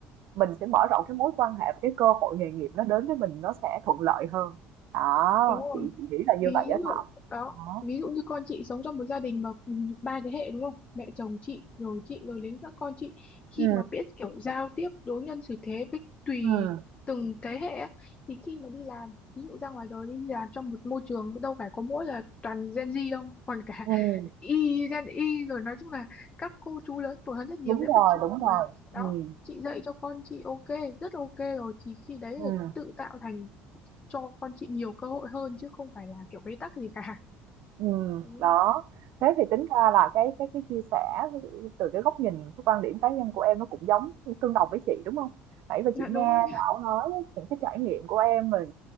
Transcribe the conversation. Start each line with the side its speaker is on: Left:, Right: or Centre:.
Right: mình sẽ mở rộng cái mối quan hệ và cái cơ hội nghề nghiệp nó đến với mình nó sẽ thuận lợi hơn. Đó,
Left: đúng
Right: chị
Left: rồi
Right: chị nghĩ là như
Left: ví
Right: vậy á
Left: dụ
Right: Thảo.
Left: đó
Right: Đó.
Left: ví dụ như con chị sống trong một gia đình mà cùng ba thế hệ đúng không mẹ chồng chị rồi chị rồi đến các con chị
Right: ừ
Left: khi mà biết kiểu giao tiếp đối nhân xử thế với tùy
Right: ừm,
Left: từng thế hệ á, thì khi mà đi làm ví dụ ra ngoài đời đi làm trong một môi trường đâu phải có mỗi là toàn Gen Z đâu còn cả
Right: ừm,
Left: <laughs> Y Gen Y rồi nói chung là các cô chú lớn tuổi hơn rất nhiều
Right: đúng
Left: nếu
Right: rồi,
Left: mà chị
Right: đúng rồi.
Left: mà
Right: Ừm,
Left: đó chị dạy cho con chị ok rất ok rồi thì khi đấy là
Right: ừm.
Left: tự tạo thành cho con chị nhiều cơ hội hơn chứ không phải là kiểu bế tắc gì cả
Right: Ừm,
Left: ừ,
Right: đó. Thế
Left: ừ,
Right: thì tính ra là cái cái cái chia sẻ từ cái góc nhìn, cái quan điểm cá nhân của em nó cũng giống tương đồng với chị, đúng không? Nãy giờ
Left: dạ
Right: chị nghe
Left: đúng rồi
Right: Thảo nói những cái trải nghiệm của em rồi